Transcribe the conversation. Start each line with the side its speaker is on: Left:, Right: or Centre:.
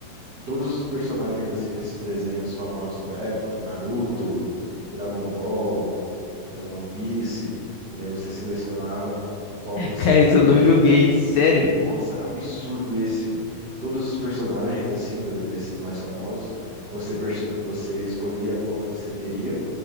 Right: todos os personagens, assim, desses desenhos famosos da época, Naruto, Dragon Ball, é, One Piece. E aí você selecionava qual que você
Left: Cara,
Right: queria.
Left: isso eu não joguei, sério.
Right: Nossa, absurdo esse, mano. Todos os personagens, assim, do- desses mais famosos, você, perce- você escolhia qual que você queria.